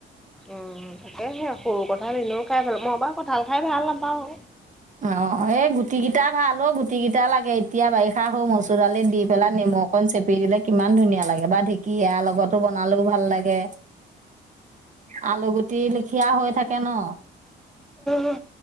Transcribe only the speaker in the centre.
অ', তাকে সেই সৰু কঁঠাল এনেও খাই ভাল, মই বাৰু কঁঠাল খাই ভাল নাপাওঁ।
অ